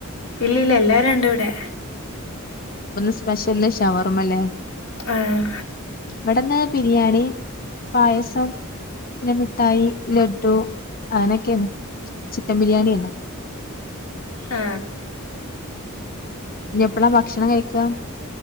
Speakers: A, on the left; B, on the left.
A: ഇല്ലില്ല എല്ലാരുണ്ടിവിടെ
B: ഇന്നെ സ്പെഷ്യല് ഷവർമല്ലേ
A: ആഹ്
B: ഇവിടിന്ന് ബിരിയാണി പായസം പിന്നെ മിഠായി ലഡു അങ്ങനൊക്കെയാണെ ചിക്കൻ ബിരിയാണിയാണോ
A: ആ
B: ഇനി എപ്പളാ ഭക്ഷണം കഴിക്കാ